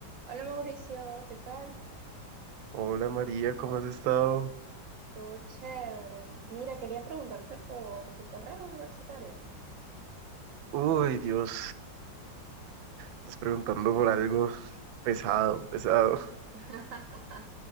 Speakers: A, on the right; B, on the right.
A: Hola Mauricio, ¿qué tal?
B: Hola María, ¿cómo has estado?
A: Todo chévere. Mira, quería preguntarte por tu carrera universitaria.
B: Uy, Dios, estás preguntando por algo pesado, pesado.
A: <laughs>